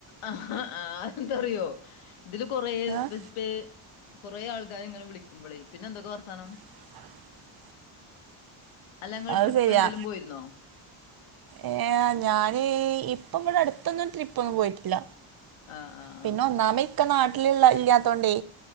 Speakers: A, on the left; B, on the right.
A: ആഹ് ആ എന്താറിയോ ഇതില് കൊറേ
B: ആഹ്
A: ബിസ് <unintelligible> കൊറെ ആൾക്കാരിങ്ങനെ വിളിക്കുമ്പളെ. പിന്നെ എന്തൊക്കെ വർത്താനം
B: <inaudible>
A: അല്ല ഇങ്ങള്
B: അത്
A: ട്രിപ്പ്
B: ശരിയാ
A: എങ്ങട്ടെങ്കിലും പോയിരുന്നോ
B: ഏഹ്, ഞാന് ഇപ്പം ഇവടെ അട്ത്തൊന്നും ട്രിപ്പൊന്നും പോയിട്ടില്ല.
A: ആഹ് ആഹ്
B: പിന്നെ ഒന്നാമെ ഇക്ക നാട്ടിലുള്ള ഇല്ലാത്തോണ്ടേ